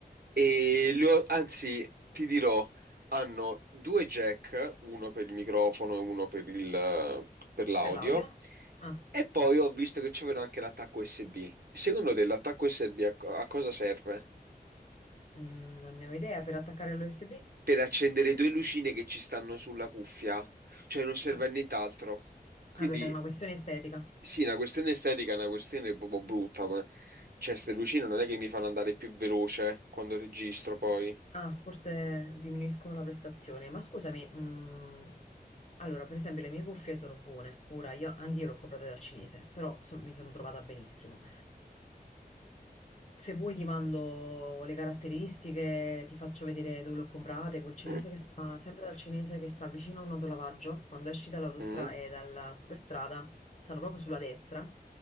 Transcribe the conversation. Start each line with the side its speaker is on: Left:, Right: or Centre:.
Right: E li ho- anzi, ti dirò, hanno due jack, uno per il microfono e uno per il- per l'audio.
Left: per l'audio? Ah,
Right: E poi ho visto che c'avevano anche l'attacco USB. Secondo te l'attacco USB a, co- a cosa serve?
Left: mm, non ne ho idea, per attaccare all'USB?
Right: Per accendere due lucine che ci stanno sulla cuffia, cioè non serve
Left: Vabbè.
Right: a nient'altro. Quindi
Left: Vabbè, per una questione estetica.
Right: sì, una questione estetica è una questione proprio brutta, ma cioè, queste lucine non è che mi fanno andare più veloce quando registro poi.
Left: Ah, forse diminuiscono la prestazione. Ma scusami, mm, allora, per esempio, le mie cuffie sono buone. Ora, io, anche io le ho comprate dal cinese, però so- mi sono trovata benissimo. Se vuoi ti mando le caratteristiche, ti faccio vedere dove le ho comprate, quel cinese
Right: Mm,
Left: che sta, sempre dal cinese che sta vicino a un autolavaggio, quando esci dall'autostrada
Right: mm.
Left: e dalla superstrada, stanno proprio sulla destra.